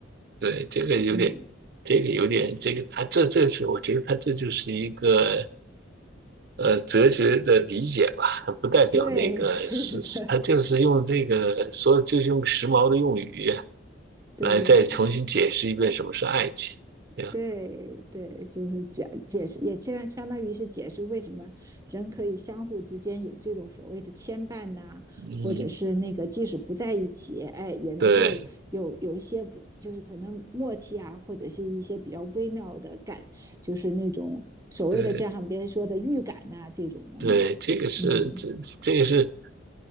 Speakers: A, on the right; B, on the right.
A: 对，这个有点，
B: 嗯，
A: 这个有点，这个他这这是，我觉得他这就是一个呃哲学的理解吧，它不代表那个是是，
B: <laughs> 对，是的，
A: 他就是用这个说，就是用时髦的用语
B: 对。
A: 来再重新解释一遍什么是爱情，对吧？
B: 对对，就是解解释，也相相当于是解释为什么人可以相互之间有这种所谓的牵绊呐、啊或者是那个即使不在一起，
A: 嗯，
B: 哎，也能够有有一些不就是可能默契啊，
A: 对
B: 或者是一些比较微妙的感，就是那种所谓的就像别人说的预感呐、
A: 对
B: 啊这种的嘛。
A: 对，这个是这这个是，
B: 嗯